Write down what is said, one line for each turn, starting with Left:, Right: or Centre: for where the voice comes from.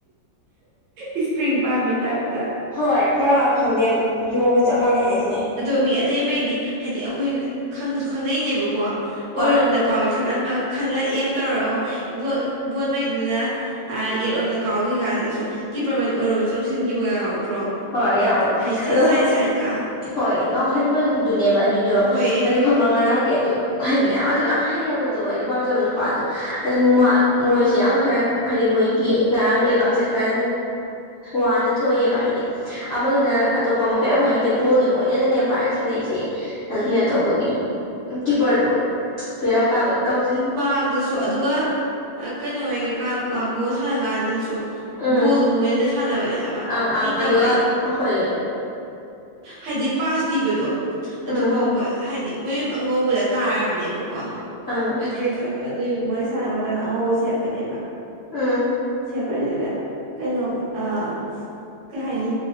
Right: ꯏꯁꯄ꯭ꯔꯤꯡ ꯄꯥꯟ ꯇ
Left: ꯍꯣꯏ ꯄꯨꯔꯥ ꯈꯪꯗꯦ ꯌꯣꯒ ꯆꯞ ꯃꯥꯟꯅꯩ ꯍꯥꯏꯁꯦ
Right: ꯑꯗꯣ ꯃꯤ ꯑꯇꯩꯉꯩꯗꯤ ꯍꯥꯏꯗꯤ ꯑꯩꯈꯣꯏꯁꯨ ꯈꯪꯅꯩꯅꯦꯕꯀꯣ
Left: ꯍꯣꯏ
Right: ꯑꯣꯏꯔꯣꯝꯗ ꯀꯥꯎꯋꯦ ꯜꯂꯝꯃ ꯈꯜꯂ ꯑꯦꯝ ꯇꯧꯔꯒ ꯑꯃꯨꯛ ꯕꯣꯜꯉꯩꯗꯨꯅ ꯌꯦꯠꯂꯣꯝꯗ ꯀꯥꯎꯒ ꯀꯥꯏ ꯀꯤꯄꯔꯃ ꯑꯣꯏꯔꯣꯝ ꯆꯧꯁꯤꯟꯈꯤꯕꯒ ꯌꯥꯎꯗ꯭ꯔꯣ
Left: ꯍꯣꯏ ꯌꯥꯎꯋꯦ
Right: ꯍꯥꯏꯁꯦ
Left: ꯑꯗꯣ ꯁꯨꯝ
Right: ꯁꯥꯏꯠ ꯁꯥꯏꯠꯀ
Left: ꯍꯣꯏ ꯉꯥꯎꯍꯟꯕꯗꯨꯅꯦꯕ
Right: ꯎꯝ
Left: ꯑꯗꯨꯏꯗꯣ
Right: ꯍꯣꯏꯌꯦ
Left: ꯑꯗꯨ ꯈꯔꯕ
Right: ꯑꯥ
Left: ꯉꯔꯥꯡꯗꯤ ꯑꯗꯨ ꯍꯥꯏꯗꯤ ꯌꯥꯝ ꯑꯗꯨꯛ ꯌꯥꯝ ꯍꯩꯔꯕꯗꯣ ꯑꯩꯅ ꯄꯥꯝꯖꯕ ꯅꯨꯄꯥꯗꯣ ꯑꯗꯨ
Right: ꯎꯝ
Left: ꯃꯣꯏꯁ ꯌꯥꯝ ꯈꯔ ꯍꯥꯏꯗꯤ ꯃꯣꯏꯒꯤ ꯉꯔꯥꯡ ꯂꯩꯕꯥꯛꯁꯦ ꯈꯔ ꯋꯥꯅ ꯊꯣꯛꯑꯕ ꯍꯥꯏꯗꯤ ꯑꯃꯗꯨꯅ
Right: ꯑꯥ
Left: ꯑꯇꯣꯞꯄ ꯃꯈꯩ ꯑꯃꯨꯛ ꯍꯩꯇꯦ ꯕꯣꯜꯗꯤ ꯃꯣꯏꯅꯗꯅꯦ ꯄꯥꯏꯔ ꯁꯥꯟꯅꯩꯁꯦ ꯑꯗꯨ ꯀꯩꯅꯣ
Right: ꯎꯝ
Left: ꯇꯧꯕꯒꯤ ꯀꯤꯞꯄꯔꯗꯨ ꯕꯦꯔꯥ
Right: ꯑꯥ
Left: ꯀꯥꯕꯒꯤ ꯀꯧ
Right: ꯃꯃꯥꯡꯗꯁꯨ ꯑꯗꯨꯒ ꯀꯩꯅꯣ ꯑꯣꯏ ꯀꯥꯡꯒ ꯁꯥꯟꯅ ꯀꯥꯟꯗꯁꯨ
Left: ꯎꯝ
Right: ꯣꯗꯨ ꯃꯣꯗ ꯁꯥꯟꯅꯕꯅꯦ ꯍꯥꯏꯕ
Left: ꯑꯪ
Right: ꯍꯩꯇꯥꯕꯏ
Left: ꯑꯪ ꯑꯗꯨꯒ ꯍꯣꯏ
Right: ꯍꯥꯏꯗꯤ ꯄꯥꯁ ꯄꯤꯕꯗꯣ ꯑꯗꯨꯐꯥꯎꯕ
Left: ꯎꯝ
Right: ꯍꯥꯏꯗꯤ ꯃꯣꯏ ꯑꯉꯧꯕꯗ ꯇꯥꯔꯕꯅꯦꯕ ꯍꯣꯏ
Left: ꯑꯪ
Right: ꯗ꯭ꯔꯦꯁꯇꯣ ꯑꯗꯨꯗꯤ ꯃꯣꯏ ꯁꯥꯟꯅꯕ ꯃꯇꯝꯗ ꯑꯉꯧꯕ ꯁꯦꯠꯄꯅꯦꯕ
Left: ꯎꯝ
Right: ꯆꯄꯔꯗ ꯀꯩꯅꯣ ꯑ ꯀꯩ ꯍꯥꯏꯅꯤ